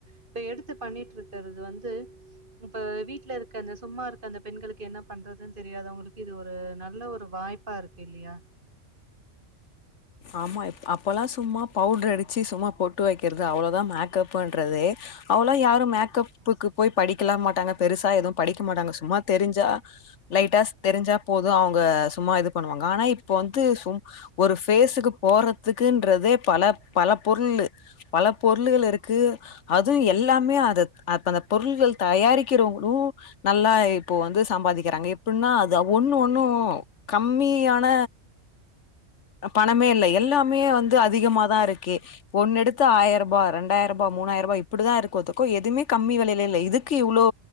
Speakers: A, on the right; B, on the left.
A: இப்ப எடுத்து பண்ணிட்டிருக்றது வந்து இப்ப வீட்ல இருக்க அந்த சும்மா இருக்க அந்த பெண்களுக்கு என்ன பண்றதுன் தெரியாதவங்களுக்கு இது ஒரு நல்ல ஒரு வாய்ப் பா இருக்கு இல்லையா
B: ஆமா அப்போல்லா சும்மா பவுட்ரு அடிச்சி சும்மா பொட்டு வைக்றது அவ்ளோதா மேக்கப்புன்றதே அவோளா யாரும் மேக்கப்புக்கு போய் படிக்கலா மாட்டாங்க பெருசா எதுவு படிக்க மாட்டாங்க சும்மா தெரிஞ்சா லைட்டா தெரிஞ்சா போது அவுங்க சும்மா இது பண்ணுவாங்க ஆனா இப்ப வந்து சு ஒரு பேஸுக்கு போறதுக்குன்றதே பல பல பொருள் பல பொருள்கள் இருக்கு அதுவு எல்லாமே அத அ அந்த பொருள்கள் தயாரிக்கிறவுங்ளு நல்லா இப்போ வந்து சம்பாதிக்கிறாங்க எப்டின்னா அது ஒண்ணு ஒண்ணு கம்மியான பணமே இல்ல எல்லாமே வந்து அதிகமாதா இருக்கே ஒண்ணு எடுத்தா ஆயர்பா ரெண்டாயிர்பா மூணாயிர்பா இப்டிதா இருக்கொ ஒத்துக்கோ எதுமே கம்மி வெலைல இல்ல இதுக்கு இவ்ளோ